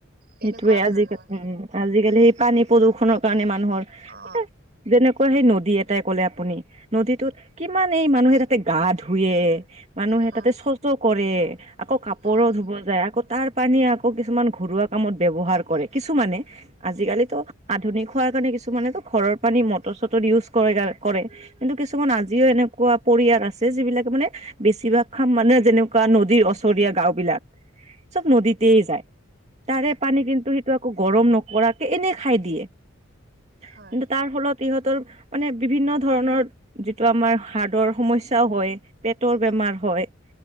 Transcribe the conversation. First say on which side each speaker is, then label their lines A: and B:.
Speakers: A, on the right (about 50°); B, on the right (about 30°).
A: তেনেকুৱা
B: সেইটোয়ে আজিকালি
A: ধৰণৰ
B: উ আজিকালি সেই পানী প্ৰদূষণৰ কাৰণে মানুহৰ
A: অ।
B: এ যেনেকুৱা সেই নদী এটাই ক'লে আপুনি নদীটোত কিমান মানেই মানুহে তাতে গা ধুৱে, মানুহে
A: হয়
B: তাতে চচ কৰে। আকৌ কাপোৰো
A: হয়
B: ধুব যায় আকৌ তাৰ পানীয়ে আকৌ কিছুমান ঘৰুৱা কামত ব্যৱহাৰ কৰে কিছুমানে আজিকালিতো আধুনিক হোৱাৰ কাৰণে কিছুমানেতো ঘৰৰ পানী মটৰ-চটৰ দি ইউজ কৰে কৰে। কিন্তু কিছুমান আজিও এনেকুৱা পৰিয়াল আছে যিবিলাকে মানে বেছিভাগখনে মানে যেনেকুৱা নদীৰ ওচৰীয়া গাওঁ বিলাক চব নদীতে যায়। তাৰে পানী কিন্তু সেইটো আকৌ গৰম নকৰাকে এনে খাই দিয়ে। কিন্তু
A: হয় হয়
B: তাৰ ফলত সিহঁতৰ মানে বিভিন্ন ধৰণৰ যিটো আমাৰ হাৰ্ডৰ সমস্যা সমস্যা হয়, পেটৰ বেমাৰ হয়